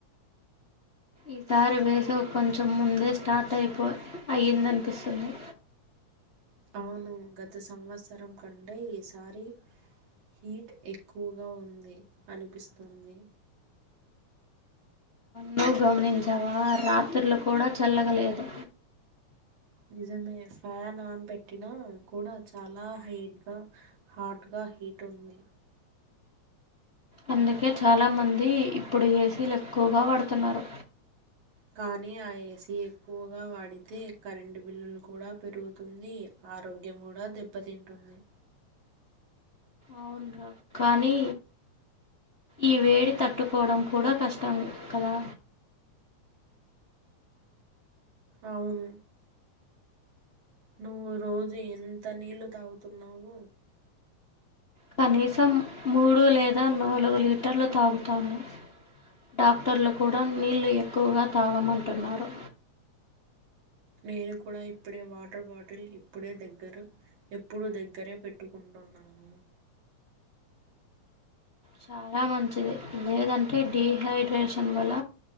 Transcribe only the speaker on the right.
అవును, గత సంవత్సరం కంటే ఈసారి హీట్ ఎక్కువగా ఉంది అనిపిస్తుంది.
నిజమే, ఫ్యాన్ ఆన్ పెట్టినా కూడా చాలా హైట్గా హాట్ గా హీట్ ఉంది.
కానీ ఆ ఏసీ ఎక్కువగా వాడితే కరెంటు బిల్లులు కూడా పెరుగుతుంది. ఆరోగ్యం కూడా దెబ్బతింటుంది.
అవును. నువ్వు రోజు ఎంత నీళ్లు తాగుతున్నావో?
నేను కూడా ఇప్పుడే వాటర్ బాటిల్ ఇప్పుడే దగ్గర ఎప్పుడు దగ్గరే పెట్టుకుంటున్నాను.